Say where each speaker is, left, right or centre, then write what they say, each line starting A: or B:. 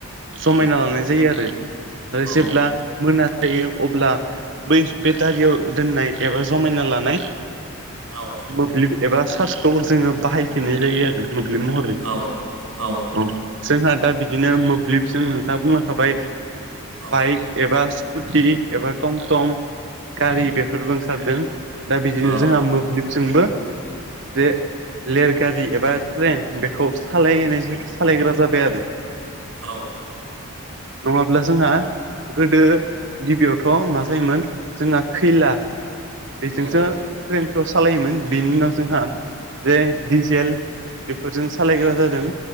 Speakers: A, on the right; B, on the right.
A: जमायना
B: औ
A: लानाय जायो आरो आरो
B: औ
A: जेब्ला मोनाजायो अब्ला बै बेटारियाव दोननाय एबा जमायना लानाय
B: औ
A: मोब्लिब एबा सार्चखौ जोङो बाहायफिननाय जायो आरो मोब्लिब महरै
B: औ औ औ
A: औ जोंहा दा बिदिनो मोब्लिबजों नोंथांङा बुंलांखाबाय
B: औ औ
A: बाइक एबा स्कुटि एबा टमटम गारि बेफोरबो ओंखारदों दा बिदिनो
B: औ
A: जोंहा मोब्लिब जोंबो बेे रेलगारि एबा ट्रेन बेखौ सालायनाय सालायग्रा जाबाय आरो
B: औ
A: नङाब्ला जोंहा गोदो गिबियावथ मा जायोमोन जोंहा खैला बेजोंसो
B: औ
A: ट्रेनथखौ सालायोमोन बेनि उनाव जोंहा जे डिजेल बेफोरजों सालायग्रा जादों